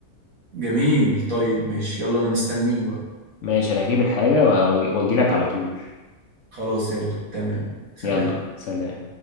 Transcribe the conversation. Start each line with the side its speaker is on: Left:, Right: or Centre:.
Right: جميل طيب ماشي يلا انا مستنيك بقى
Left: ماشي أنا هجيب الحاجة وأجي لك على طول
Right: خلاص يلا تمام سلام
Left: يلا سلام